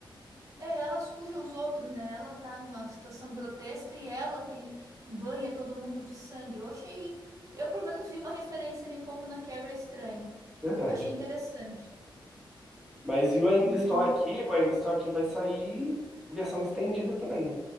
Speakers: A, on the right; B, in the centre.
A: é, ela suja os outros, né? Ela tá numa situação grotesca e ela que banha todo mundo de sangue. Eu achei, eu pelo menos vi uma referência ali um pouco na Carrie estranha.
B: verdade.
A: Achei interessante.
B: Mas e o Ainda
A: Hum,
B: Estou Aqui, o Ainda Estou Aqui vai sair versão estendida também